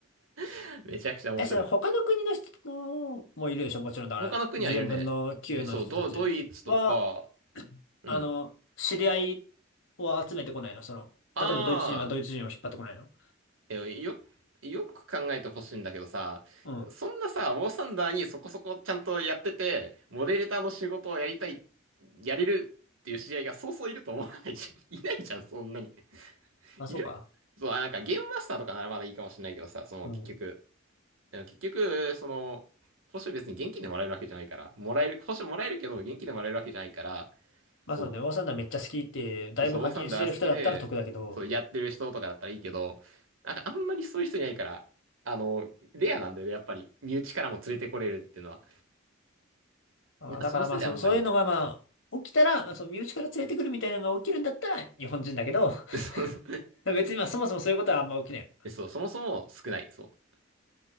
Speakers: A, on the right; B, on the left.
A: <laughs> めちゃくちゃ面白い。
B: <laughs> え、それ他の国の人のもいるでしょもちろんだから、
A: 他の国はいるね。
B: 14分の9の人たちは、
A: え、そう、ド、ドイツとか、うん。
B: あの、知り合いを集めてこないのその、
A: ああ、
B: 例えばドイツ人はドイツ人を引っ張ってこないの
A: え、よ、よく考えてほしいんだけどさ、
B: うん。
A: そんなさ、ウォーサンダーにそこそこちゃんとやってて、モデレーターの仕事をやりたい、やれるっていう知り合いがそうそういると思わないじゃん。<laughs> いないじゃん、そんなに。
B: まあ、そうか。
A: いるそう、あ、なんかゲームマスターとかならまだいいかもしれないけどさ、その結局、
B: うん。
A: でも結局、その、報酬別に現金でもらえるわけじゃないから、もらえる、報酬もらえるけど、現金でもらえるわけじゃないから、
B: まあ、
A: そう。
B: そうね。オーサンダーめっちゃ好きって、だいぶ課金してる人だったら得だけど、
A: そう、ウォーサンダー好きで、そう、やってる人とかだったらいいけど、なんかあんまりそういう人いないから、あの、レアなんだよね、やっぱり。身内からも連れてこれるっていうのは。
B: まあだからまあ、
A: なんかそのせいであんまりいない。
B: そう、そういうのがまあ、起きたら、まあ、そう、身内から連れてくるみたいなのが起きるんだったら、日本人だけど、
A: <laughs> そうそう、
B: <laughs> 別にまあ、そもそもそういうことはあんま起きない。
A: そうそもそも少ない。そう。